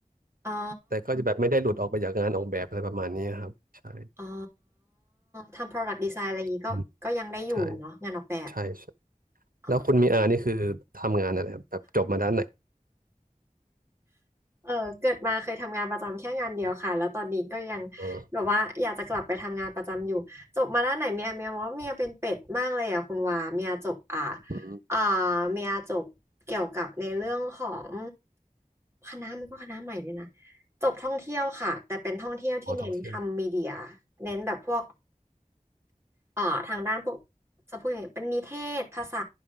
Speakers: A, on the right (about 20°); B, on the right (about 80°).
A: อ๋อ
B: แต่ก็จะแบบไม่ได้หลุดออกไปจากงานออกแบบอะไรประมาณนี้ครับใช่
A: อ๋อทำ product design อะไรอย่างนี้ก็ก็ยังได้อยู่เนาะงานออกแบบ
B: อืมใช่ใช่ใช่
A: อ๋อ
B: แล้วคุณมีอานี่คือทำงานอะไรครับแบบจบมาด้านไหน
A: เออเกิดมาเคยทำงานประจำแค่งานเดียวค่ะแล้วตอนนี้ก็ยัง
B: เออ
A: แบบว่าอยากจะกลับไปทำงานประจำอยู่จบมาด้านไหนเมียเมียมองว่าเมียเป็นเป็ดมากเลยอ่ะคุณวาเมียจบอ่า
B: อืม
A: อ่าเมียจบเกี่ยวกับในเรื่องของคณะมันก็คณะใหม่เลยนะจบท่องเที่ยวค่ะแต่เป็นท่องเที่ยวที่เน้นทำมีเดีย
B: อ๋อท่องเที่ยว
A: เน้นแบบพวกเอ่อทางด้านพวกจะพูดยังไงเป็นนิเทศภาษา